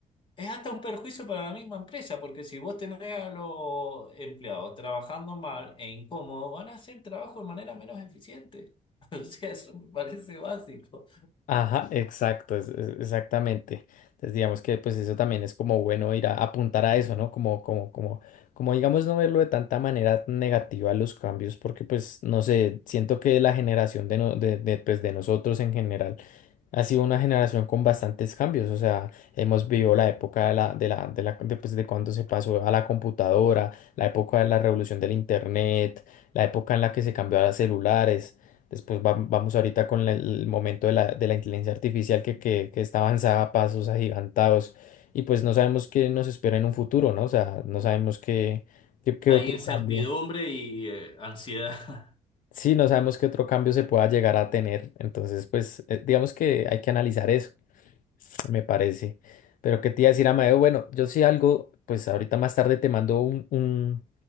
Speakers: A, on the left (about 35°); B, on the left (about 70°).
A: es hasta un perjuicio para la misma empresa porque si vos tenés a los empleados trabajando mal e incómodo, van a hacer trabajo de manera menos eficiente. <laughs> O sea, eso me parece básico.
B: Ajá, exacto, es- es- exactamente. Entonces digamos que pues eso también es como bueno ir a apuntar a eso, ¿no? Como, como, como, como digamos no verlo de tanta manera negativa los cambios, porque pues no sé, siento que la generación de, no- de, de, pues, de nosotros en general Ha sido una generación con bastantes cambios, o sea, hemos vivido la época de la, de la, de la, de, pues, de cuando se pasó a la computadora, la época de la revolución del internet, la época en la que se cambió a los celulares, después va- vamos ahorita con la- el momento de la, de la inteligencia artificial que, que, que está avanzada a pasos agigantados y pues no sabemos qué nos espera en un futuro, ¿no? O sea, no sabemos qué, qué, qué
A: Hay
B: otro
A: incertidumbre
B: cambio.
A: y eh, ansiedad.
B: Sí, no sabemos qué otro cambio se pueda llegar a tener, entonces pues eh, digamos que hay que analizar eso. Me parece. Pero qué te iba a decir, Amadeo, bueno, yo sí algo, pues ahorita más tarde te mando un, un,